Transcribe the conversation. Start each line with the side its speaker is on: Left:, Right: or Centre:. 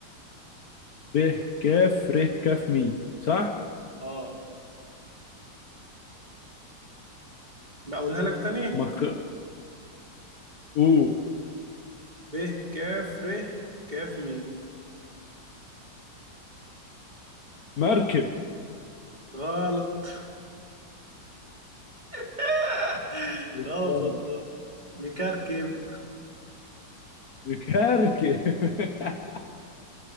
Left: ب ك ر ك م صح؟
Right: اه بقولها لك تاني
Left: ما ك- اوه
Right: ب كاف ر كاف مي
Left: مركب
Right: غلط <laughs>
Left: استنى.
Right: غلط والله مكركب
Left: مكركب <laughs>